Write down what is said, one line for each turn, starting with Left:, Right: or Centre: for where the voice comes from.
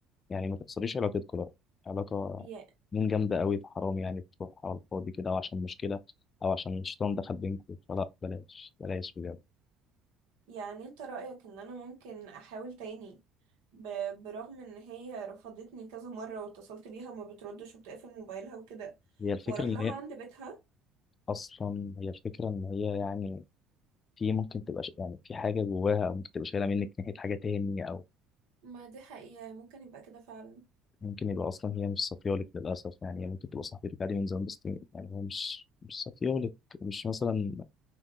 Left: يعني ما تكسريش علاقتكم لا علاقة
Right: ي-
Left: من جامدة قوي في حرام يعني بتروح على الفاضي كده أو عشان مشكلة أو عشان الشيطان دخل بينكم فلا بلاش بلاش بجد
Right: يعني انت رأيك ان انا ممكن احاول تاني ب- برغم ان هي رفضتني كذا مرة واتصلت بيها وما بتردش وبتقفل موبايلها وكده
Left: هي الفكرة
Right: واروح
Left: إن
Right: لها
Left: هي
Right: عند بيتها
Left: أصلا هي الفكرة إن هي يعني في ممكن تبقى ش- يعني في حاجة جواها أو ممكن تبقى شايلة منك ناحية حاجة تاني أو
Right: ما دي حقيقة ممكن يبقى كده فعلا
Left: ممكن يبقى أصلا هي مش صافيالك للأسف يعني هي ممكن تبقى صاحبتك عادي من زمان بس يعني هي مش مش صافيالك مش مثلا